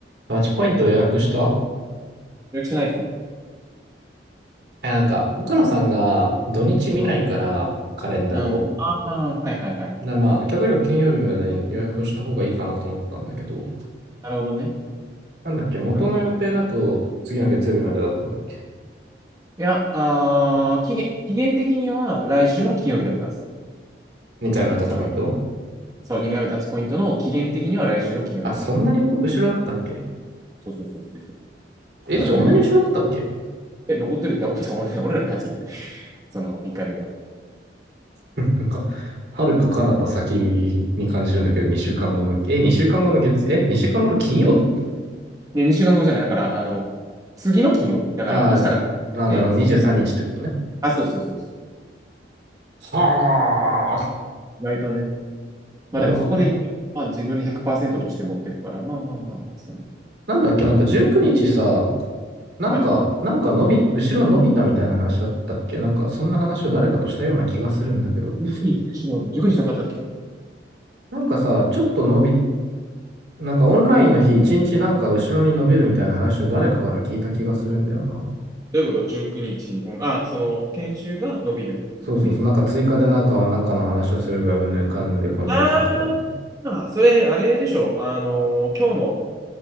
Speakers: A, on the right; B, on the right.
A: タッチポイント予約した
B: 予約してないですね。
A: え、なんか、奥野さんが土日見ないから、
B: うん。
A: カレンダーを。
B: うん。ああ、はいはいはい。
A: だ、まあ、極力金曜日までに予約をした方がいいかなと思ったんだけど、
B: なるほどね。
A: なんだっけ、元の予定だと次の月曜日までだったんだっけ
B: うんいや、あー期限、期限的には来週の金曜日だったはず。
A: ?2 回目のタッチポイント
B: その、そう、2回目タッチポイントの期限的には来週の金曜日だったはず。
A: あ、そんなに後ろだったっけ
B: そうそうそうそうそう。
A: え、
B: 多分ね、
A: そんなに後ろだったっけ
B: 残、え、残ってるって言ったら、俺、俺ら早すぎた。<laughs> その1回目が。
A: <laughs> なんか、はるか彼方先に感じるんだけど、2週間後の、え、2週間後の月、え、2週間後の金曜日
B: で、2週間後じゃない。だから、あの、次の金曜日。だから、
A: あーあー、
B: 明日が、で、
A: なるほど、
B: そう。
A: 23日ってことね。
B: あ、そうそうそうそ
A: はあ、
B: う。意外とね。まあでも、
A: なるほどな。
B: そこで、まあ自分で100%として持っていくから、まあまあまあ、そうね。
A: なんだっけ、なんか19日さ、なんか、
B: はい。
A: なんか伸び、後ろ伸びたみたいな話だったっけなんか、そんな話を誰かとしたような気がするんだけど、
B: 1に日、しろ1に日なかったっけ
A: なんかさ、ちょっと伸び、なんかオンラインの日一日なんか後ろに伸びるみたいな話を誰かから聞いた気がするんだよな。
B: どういうこと ?19 日オン、あ、その、研修が伸びる。
A: そうそうそう、
B: 伸びる
A: なんか追加でなんかはなんかの話をするがうんぬんかんぬんでこんにゃらかんちゃらって。
B: ああー、それ、あれでしょ。あの、今日の、